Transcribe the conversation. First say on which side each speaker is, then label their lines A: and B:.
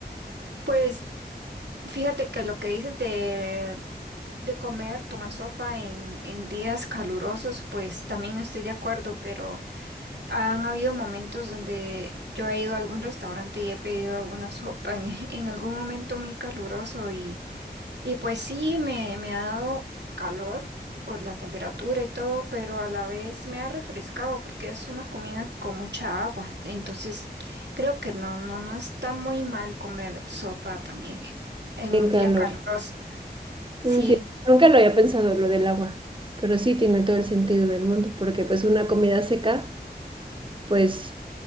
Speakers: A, on the right (about 90°); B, on the right (about 30°).
A: Pues fíjate que lo que dices de, de comer, tomar sopa en, en días calurosos, pues también estoy de acuerdo, pero... Han habido momentos donde yo he ido a algún restaurante y he pedido alguna sopa en, <laughs> en algún momento muy caluroso y, y pues sí, me, me ha dado calor por la temperatura y todo, pero a la vez me ha refrescado porque es una comida con mucha agua. Entonces creo que no, no, no está muy mal comer sopa también en, en
B: en
A: un
B: calor.
A: día caluroso. Sí.
B: Mm, sí, nunca lo había pensado lo del agua, pero sí tiene todo el sentido del mundo porque pues una comida seca. pues